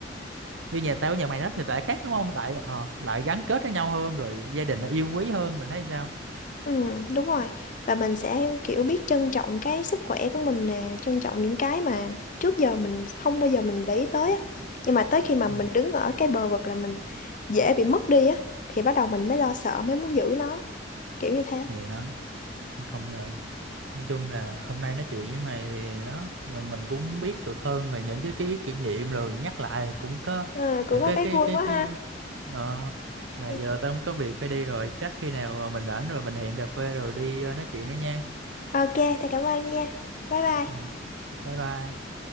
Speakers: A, on the right; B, on the left.
A: như nhà tao với nhà mày đó thì lại khác đúng không lại ờ, lại gắn kết với nhau hơn rồi gia đình nó yêu quý hơn mày thấy sao
B: Ừ, đúng rồi. Và mình sẽ kiểu biết trân trọng cái sức khỏe của mình nè, trân trọng những cái mà trước giờ mình không bao giờ mình để ý tới á. Nhưng mà tới khi mà
A: Ừ.
B: mình đứng ở cái bờ vực là mình dễ bị mất đi á, thì bắt đầu mình mới lo sợ, mới muốn giữ nó, kiểu như thế.
A: thì đó công nhận nói chung là hôm nay nói chuyện với mày thì đó rồi mình cũng biết được hơn về những cái cái kỷ niệm rồi nhắc lại thì cũng có
B: Ừ, cũng
A: những
B: có
A: cái
B: cái
A: cái
B: vui
A: cái
B: quá
A: cái
B: ha.
A: ờ, mà
B: Ừ.
A: giờ tao không có việc phải đi rồi chắc khi nào mình rảnh rồi mình hẹn cà phê rồi đi ờ, nói chuyện nữa nha
B: Ok, thầy cảm ơn nha. Bye bye.
A: ừ. bye bye